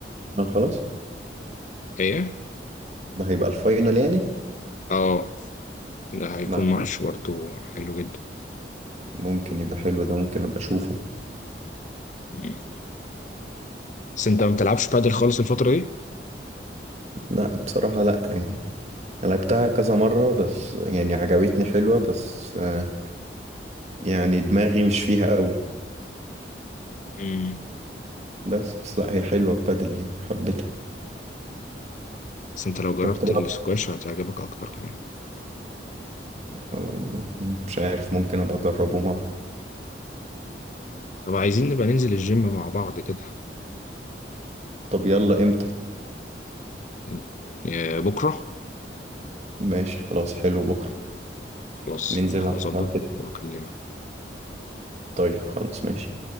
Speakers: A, on the right; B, on the left.
A: لا، خلاص
B: ايه
A: ده هيبقى الفاينل يعني
B: اه ده هيكون
A: لا
B: ماتش
A: ده
B: برضه حلو جدا
A: ممكن يبقى حلو ده ممكن ابقى اشوفه
B: مم. بس انت ما بتلعبش بادل خالص الفترة دي
A: لا بصراحة لا يعني لعبتها كذا مرة بس يعني عجبتني حلوة بس آه، يعني دماغي مش فيها قوي
B: مم.
A: بس بس لا هي حلوة ببادل يعني حبيتها
B: بس انت لو جربت
A: طب طبعا
B: السكواش هتعجبك اكتر كمان
A: آه، مش عارف ممكن ابقى اجربه مرة
B: طب عايزين نبقى ننزل الجيم مع بعض كده
A: طب يلا امتى
B: إن- آه، بكرة
A: ماشي خلاص حلو بكرة
B: خلاص
A: ننزل على
B: هظبط
A: الساعة ستة.
B: واكلمك
A: طيب خلاص ماشي